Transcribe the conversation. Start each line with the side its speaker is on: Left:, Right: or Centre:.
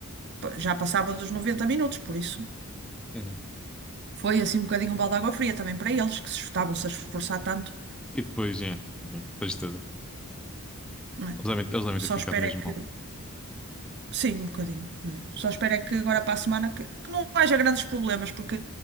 Right: já passava dos 90 minutos, por isso.
Centre: Uhum.
Right: Foi assim um bocadinho um balde de água fria também para eles, que se estavam-se a esforçar tanto,
Centre: E depois, é, tristeza.
Right: não é?
Centre: Eles devem, eles devem ter
Right: Só
Centre: ficado
Right: espero
Centre: mesmo
Right: é que.
Centre: mal.
Right: Sim, um bocadinho. não é? Só espero é que agora para a semana que, que não haja grandes problemas, porque